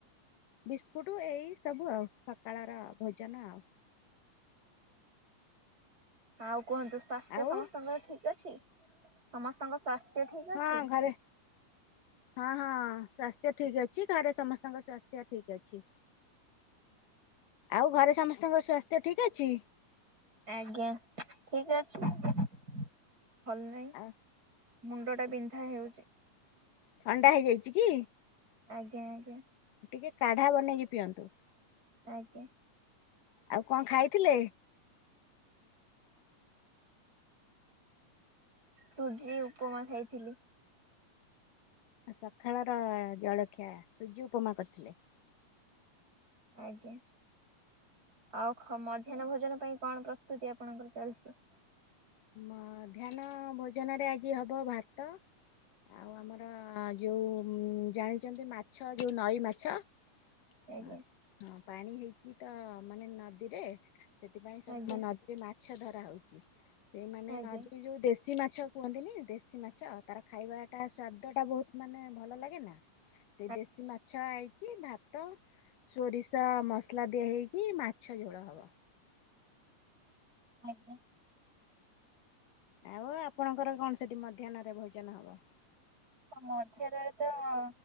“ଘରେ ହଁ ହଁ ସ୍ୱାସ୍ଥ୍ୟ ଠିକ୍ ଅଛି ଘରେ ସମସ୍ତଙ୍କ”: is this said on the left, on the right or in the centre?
Left